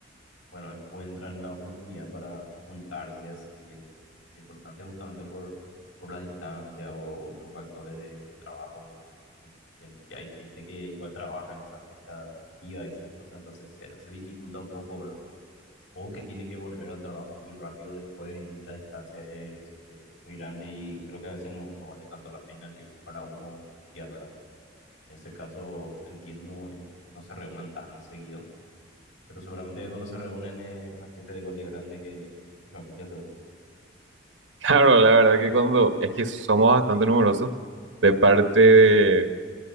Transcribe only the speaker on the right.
Claro, la verdad que cuando es que somos bastante numerosos, de parte de, de